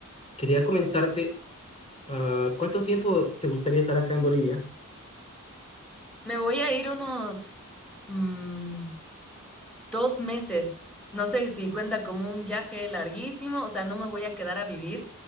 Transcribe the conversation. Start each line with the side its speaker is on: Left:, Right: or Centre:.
Left: Quería comentarte Ah, ¿cuánto tiempo te gustaría estar acá en Bolivia?
Centre: Me voy a ir unos, mm, Dos meses. No sé si cuenta como un viaje larguísimo, o sea, no me voy a quedar a vivir,